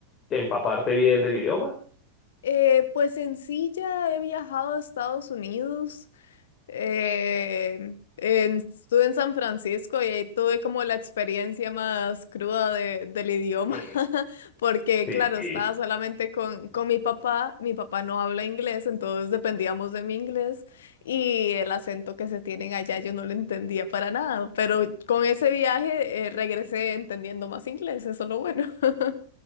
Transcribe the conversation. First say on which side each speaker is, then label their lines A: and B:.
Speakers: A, on the left (about 30°); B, on the left (about 60°).
A: empaparte bien del idioma?
B: Eh, pues en sí ya he viajado a Estados Unidos. eh, en- estuve en San Francisco y ahí tuve como la experiencia más cruda de- del idioma,
A: Mm,
B: <laughs> porque
A: Sí,
B: claro, estaba solamente con, con mi papá. Mi papá no habla inglés, entonces dependíamos de mi inglés y el acento que se tienen allá yo no lo entendía para nada, pero con ese viaje eh, regresé entendiendo más inglés, eso es lo bueno. <laughs>